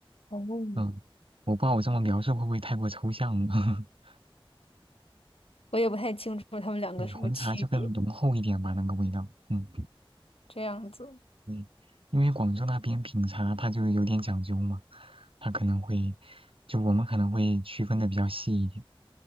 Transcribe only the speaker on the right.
嗯，我不知道我这么描述会不会太过抽象了。<laughs>
对，红茶就更浓厚一点吧，那个味道。嗯，
对，因为广州那边品茶它就有点讲究嘛，它可能会，就我们可能会区分的比较细一点，